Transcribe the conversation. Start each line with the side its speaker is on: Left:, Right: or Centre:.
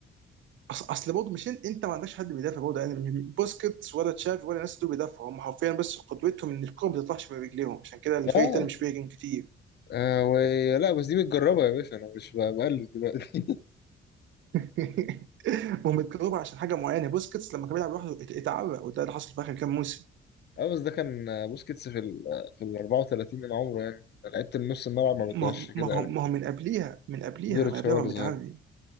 Right: أص- اصل برضه مش إن- انت ما عندكش حد بيدافع برضه يعني بوسكيتس ولا تشافي ولا الناس دول بيدافعوا هم حرفيا بس قدوتهم ان الكوره ما بتطلعش من رجليهم عشان كده الفريق
Left: اه
Right: التاني مش بيهاجم كتير
Left: آه، ولا بس دي متجربة يا باشا أنا مش ب- بقلد دلوقتي
Right: <laughs> هم اتكرهوا عشان حاجه معينه بوسكيتس لما كان بيلعب لوحده ات- اتعرق وده اللي حصل في اخر كام موسم
Left: اه بس ده كان آه، بوسكيتس في ال آه، في ال 34 من عمره يعني لعيبة النص الملعب ما
Right: ما
Left: بتعيش
Right: هو
Left: كده
Right: ما هو
Left: قوي
Right: ما هو من قبليها من قبليها
Left: مودريتش
Right: من قبليها
Left: هو اللي
Right: هو متعري
Left: ظاهر